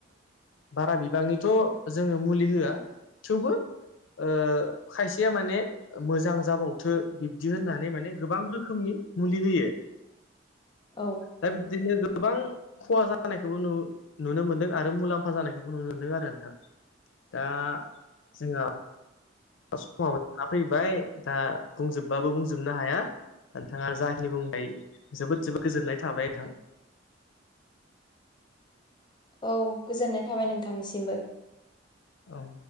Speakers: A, on the left; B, on the left.
A: बारा बिबांनिथ' जोङो मुलि होआ थेवबो ओ खायसेया माने मोजां जाबावथो बिब्दि होननानै माने गोबां रोखोमनि मुलि होयो।
B: औ
A: दा बिदिनो गोबां खहा जानायखौबो नु नुनो मोन्दों आरो मुलाम्फा जानायखौबो नुनो मोनदों आरो नोंथां। दा जोङो समाव जाना फैबाय दा बुंजोबबाबो बुंजोबनो हाया। दा नोंथाङा जाखिनि बुंबाय जोबोद जोबोद गोजोननाय थाबाय नोंथां
B: औ गोजोननाय थाबाय नोंथांनिसिमबो
A: औ